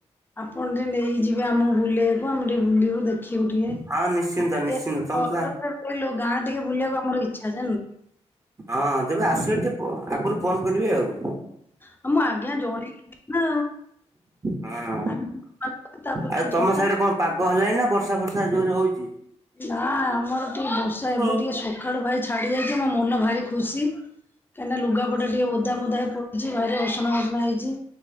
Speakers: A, on the left; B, on the right.
A: ଆପଣ ଟିକେ ନେଇକି ଯିବେ ଆମକୁ ବୁଲେଇବାକୁ ଆମେ ଟିକେ ବୁଲିବୁ ଦେଖ ଦେଖିବୁ
B: ହଁ ନିଶ୍ଚିନ୍ତ
A: ଟିକେ
B: ନିଶ୍ଚିନ୍ତ ତମେ ତ
A: <inaudible> ଲୋ ଗାଁ ଟିକେ ବୁଲିବାକୁ ଆମର ଇଚ୍ଛା ଜାଣିଲୁ କି?
B: ହଁ ଯେବେ ଆସିବେ, ଟିକେ ଆଗରୁ ଫୋନ କରିବେ ଆଉ।
A: ଆଉ ମୁଁ ଆଜ୍ଞା ଜଣେଇଥିଲ ନା
B: ହଁ
A: ଆଉ। <unintelligible>
B: ଆଉ ତମ ସାଡେ କଣ ପାଗ ହେଲାଣିି ନା ବର୍ଷା ଫର୍ଷା ଜୋରେ ହଉଚି?
A: ନା ଆମର ଟିକେ ବର୍ଷା
B: ହୁଁ
A: ଏବେ ଟିକେ ସୁ ସଖାଳୁ ଭାଇ ଛାଡି ଯାଇଛି ମୋ ମନ ଭାରି ଖୁସି, କାହିଁକିନା ଲୁଗାପଟା ଟିକେ ଓଦା ମୋଦା ହେଇ ପଡୁଛି, ଭାରି ଅସନା ମସନା ହେଇଚି।